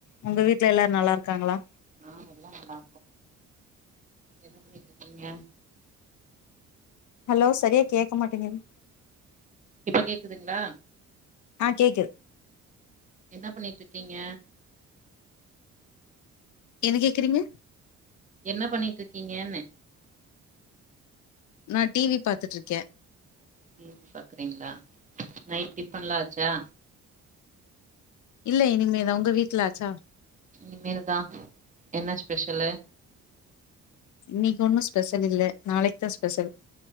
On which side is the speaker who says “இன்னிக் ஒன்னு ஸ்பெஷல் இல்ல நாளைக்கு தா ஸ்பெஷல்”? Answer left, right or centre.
Left